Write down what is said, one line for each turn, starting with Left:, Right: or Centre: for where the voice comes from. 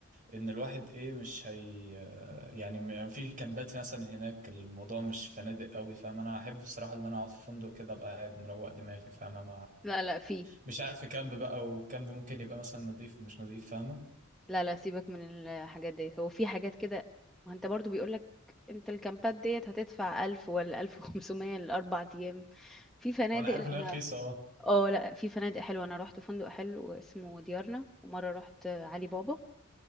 Right: إن الواحد إيه مش هي آه، يعني م- في كامبات مثلا هناك الموضوع مش فنادق قوي فاهم أنا أحب الصراحة إن أنا أقعد في فندق كده أبقى قاعد مروق دماغي فاهم
Centre: لا لا في
Right: مش قاعد في كامب بقى والكامب ممكن يبقى مثلا نظيف ومش نظيف فاهمة
Centre: لا لا سيبك من الحاجات ديت هو في حاجات كده ما انت برضو بيقولك انت الكامبات ديت هتدفع 1000 ولا 1500 لاربع ايام في فنادق
Right: أه، انا عارف
Centre: لا
Right: ان هي
Centre: انا
Right: رخيصة اه
Centre: اه لا في فنادق حلوه انا رحت فندق حلو اسمه ديارنا ومره رحت علي بابا